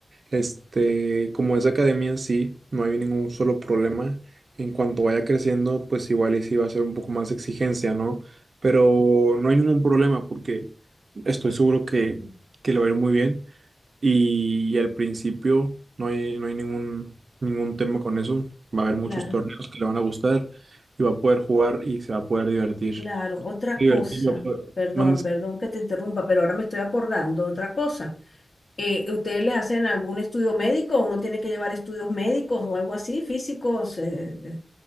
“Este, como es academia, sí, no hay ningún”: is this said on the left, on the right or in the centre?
Right